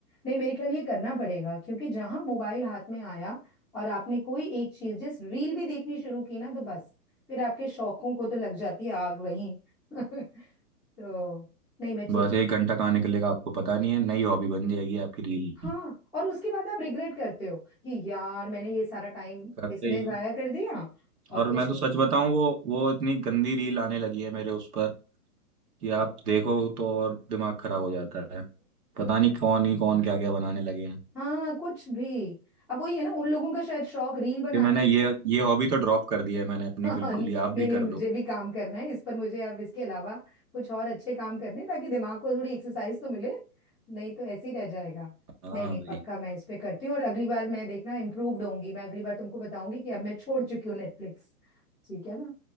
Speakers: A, in the centre; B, on the right.
A: नहीं मेरे ख्याल ये करना पड़ेगा क्योंकि जहां मोबाइल हाथ में आया और आपने कोई एक चीज जस्ट रील भी देखनी शुरू की ना तो बस फिर आपके शौकों को तो लग जाती है आग वहीं <laughs> तो नहीं मैं ठीक
B: बस
A: है
B: एक घंटा कहाँ निकलेगा आपको पता नहीं है नई हॉबी बन जाएगी आपकी रील
A: हाँ और उसके बाद आप रिग्रेट करते हो कि यार मैंने ये सारा टाइम
B: करते
A: इसमें
B: ही हो
A: जाया कर दिया और
B: और
A: कुछ
B: मैं तो
A: नहीं
B: सच बताऊं वो वो इतनी गंदी रील आने लगी है मेरे उस पर कि
A: किया
B: आप देखो तो और दिमाग खराब हो जाता है पता नहीं कौन ही कौन क्या क्या बनाने लगे हैं
A: हाँ कुछ भी अब वही है ना उन लोगों का शायद शौक रील बनाना
B: कि मैंने
A: है
B: ये ये हॉबी तो ड्रॉप कर दी है मैंने
A: <laughs>
B: अपनी
A: हाँ,
B: बिल्कुल
A: नहीं
B: ही आप भी
A: नहीं
B: कर
A: मुझे
B: दो
A: भी काम करना है इस पर मुझे अब इसके अलावा कुछ और अच्छे काम करने हैं, ताकि दिमाग को थोड़ी एक्सरसाइज तो मिले नहीं तो ऐसे ही रह जाएगा
B: हाँ
A: नहीं नहीं
B: भाई
A: पक्का मैं इस पे करती हूँ और अगली बार मैं देखना इम्प्रूव्ड होंगी मैं अगली बार तुमको बताऊंगी कि अब मैं छोड़ चुकी हूँ नेटफ्लिक्स ठीक है ना